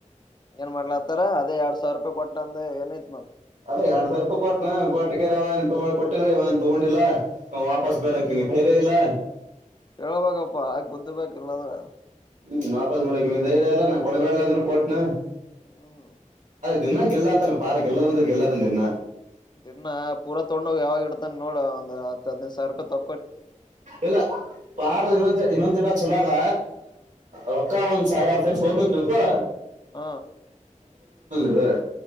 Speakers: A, on the left; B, on the right.
A: ಏನ್ ಮಾಡ್ಲಾತ್ತಾರ ಅದೇ ಎರಡ್ ಸಾವಿರ ರೂಪಾಯಿ ಕೊಟ್ಟ ಅಂದ ಏನೈತ್ ಮನ್
B: ಅದೇರಡ ಸಿವಿರ ರೂಪಾಯಿ ಕೊಟನ ಕೊಟಿಕ್ಕೆರವ ಏನ ಕೊಟ್ಟಿದ್ರೆನ್ ಇವ ತಗೊಂಡಿಲ್ಲ ವಾಪಸ್ ಬೇಡಕ ಇವನಿಗ ಧೈರ್ಯ ಇಲ್ಲ
A: ಕೇಳಬೇಕಪ್ಪಾ ಯಾಕೆ ಬುದ್ದ ಬ ಇಲ್ಲಂದ್ರ.
B: ಹ್ಮ್ ನಾಪಸ್ ಬಿಡ ನೀ ಧೈರ್ಯ ಎಲ್ಲಾ ಕೊಡಬ್ಯಾಳ್ ಅಂದ್ರರು ಕೊಟ್ನೆ.
A: ಹ್ಮ
B: ದಿನ ಗೆಲ್ಲಾತಾನ ಪಾರ ಗೆಲ್ಲದಂದ ಗೆಲ್ಲಲತಾನ ದಿನ
A: ಇದನ್ನ ಪೂರ ತೊಂಗೋಂಡೂಗಿ ಯಾವಾಗ ಇತಾನ ನೋಡ ಒಂದ ಹದಿನೈದು ಸಾವಿರ ರೂಪಾಯಿ ತೊ
B: ಇಲ್ಲ ಪಾರದ ಇನ್ನೊಂದು ಇನ್ನೊಂದ ಚಟ ಚಲೋ ಅದ ರೂಕ್ಕ ಒಂದ ಸಾವಿರ ಅತ್ತ ಸಾವಿರ ಸೋತ ಅಂತ ತಿಳಕೋ
A: ಹಾ
B: ಇದು